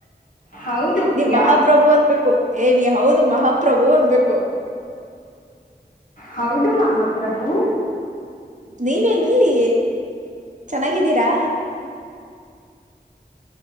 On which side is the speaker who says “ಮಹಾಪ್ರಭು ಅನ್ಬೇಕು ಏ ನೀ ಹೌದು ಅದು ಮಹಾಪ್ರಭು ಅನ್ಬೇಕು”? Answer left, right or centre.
Right